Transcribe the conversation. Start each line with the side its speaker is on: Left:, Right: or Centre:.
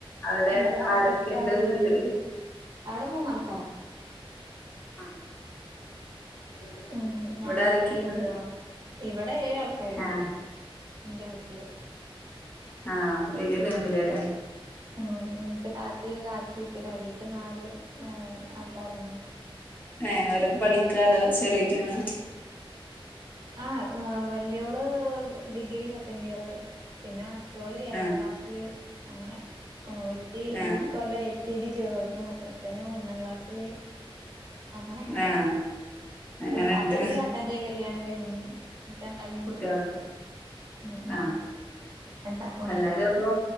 Left: അവിടെ
Right: എന്താറ്യാ
Left: ആരൊക്കെയുണ്ട്
Right: സെറ്റായി തൊടങ്ങും.
Left: വീട്ടില്
Right: അവടെ മൂന്നാൾക്കാരാ.
Left: ആ ഇവിടെ
Right: ഉം ഞാൻ
Left: ഇവിടെ ആരൊക്കെയുണ്ട്
Right: ചെറിയ മരോള. <unintelligible> ഇവിടെ ഏഴ് ആൾക്കാരുണ്ട്
Left: ആഹ്
Right: ഇന്റെ വീട്ടില്
Left: ആഹ വല്യ ഫാമിലിലല്ലേ?
Right: ഉം എനിക്ക് താത്തീം ഒരു കാക്കി പിന്നെ അടിക്ക് നാല് ഹ് ആൾക്കാരാണ്.
Left: ഏ അവരൊക്കെ പഠിക്ക അതോ ചെറിറ്റങ്ങളാ? <unintelligible>
Right: ആ വലയോള് ഡിഗ്രി സെക്കൻഡ് ഇയർ പിന്നെ മറ്റോൾ ഏഴാം
Left: ആഹ്
Right: ക്ലാസ്സിൽ അങ്ങനെ ഒരുത്തി
Left: ആഹ്
Right: ഈ കൊല്ലം എൽ കെ ജി ചേർന്നു. ഒരുത്തൻ ഒന്നാം ക്ലാസ്സില് അങ്ങന അങ്ങനെ,
Left: ആഹ് അങ്ങനെണ്ട്
Right: താത്താന്റെയും കാക്കാന്റെ കല്യാണം കഴിഞ്ഞ് ഓൽക്ക് രണ്ടാക്കും കുട്ടിളാണ്ട്
Left: കുട്ടികള്
Right: ഉം ഉം
Left: ആഹ്
Right: രണ്ടാക്കുണ്ട്
Left: എല്ലാരും ഇപ്പൊ